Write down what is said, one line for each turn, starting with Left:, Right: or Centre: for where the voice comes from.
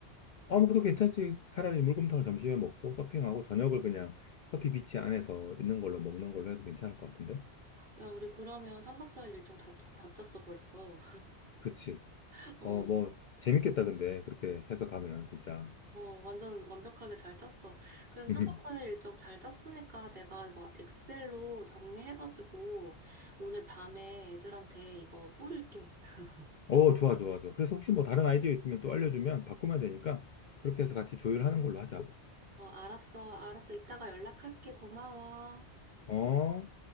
Left: 아, 뭐, 그도 괜찮지. 차라리 물곰탕을 점심에 먹고 서핑하고 저녁을 그냥 서피 비치 안에서 있는 걸로 먹는 걸로 해도 괜찮을 것 같은데?
Right: 야, 우리 그러면 3박 4일 일정 다, 짜- 다 짰어, 벌써.
Left: 그치.
Right: <laughs> 어,
Left: 어, 뭐, 재밌겠다, 근데. 그렇게 해서 가면, 진짜.
Right: 어, 완전 완벽하게 잘 짰어. 그래서
Left: <laughs>
Right: 3박 4일 일정 잘 짰으니까 내가 이거 엑셀로 정리해가지고 오늘 밤에 애들한테 이거 뿌릴게. <laughs>
Left: 어, 좋아, 좋아, 좋아. 그래서 혹시 뭐 다른 아이디어 있으면 또 알려주면 바꾸면 되니까 그렇게 해서 같이 조율하는 걸로 하자.
Right: 어, 알았어, 알았어. 이따가 연락할게. 고마워.
Left: 어?